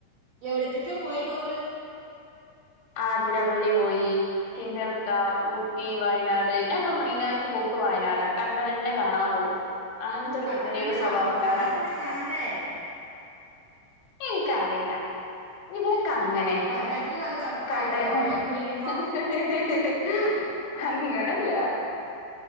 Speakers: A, on the right; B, on the left.
A: എവിടക്കൊക്കെ പോയി ടൂറ്
B: ആതിരപ്പള്ളി പോയി പിന്നെ എടുക്ക ഊട്ടി വയനാട് ഞങ്ങള് മെയിനായ്യിട്ട് പോ വയനാട് കണ്ട തന്നെ കാണാൻ പോവും അങ്ങനത്തെൊരു
A: എന്താ കണ്ടതന്നെ
B: പ്രത്യേക സ്വഭാവക്കാരാ
A: കാണാൻ കാണാത്ത പോയി കാണണ്ടേ
B: എനി ക്ക് അറിയില്ല ഇവിടക്കെ ങ്ങനെ
A: വയനാട്ടില് നല്ല തണുപ്പായിട്ടോ
B: കണ്ടന്ന്നായിരിക്കും
A: മഴയൊക്കെ പെയ്യുമ്പോ
B: <unintelligible> അങ്ങനെ ഇല്ല